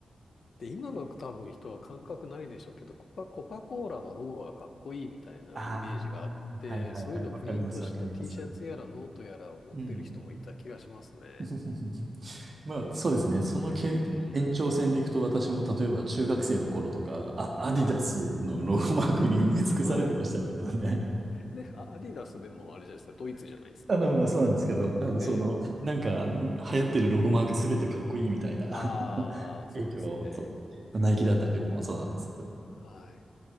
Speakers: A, on the left; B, on the right.
A: で、今の多分人は感覚ないでしょうけど、コカ、コカ・コーラのロゴがかっこいいみたいなイメージがあって、
B: ああ、はいはいはい。
A: そういうのをプリントした
B: わかりますわかります。
A: T シャツやらノートやらを持ってる人もいた気がしますね。
B: うん。<laughs> まあ、そうですね。そのけ延長線でいくと、
A: うん。
B: 私も例えば中学生の頃とか、あ、アディダスのロゴマークに埋め尽くされてましたけどね。
A: はい。はい。で、あアディダスでもあれじゃないですか、ドイツじゃないですか。
B: <laughs> あの、まあ、そうなんですけど、あの、
A: ええま
B: その、なんか、あの、流行ってるロゴマークすべてかっこいいみたいな
A: あ、
B: <laughs>
A: ああ、そうですね。
B: 影響を、そう、ナイキだったりとかもそうなんですけど。
A: はい。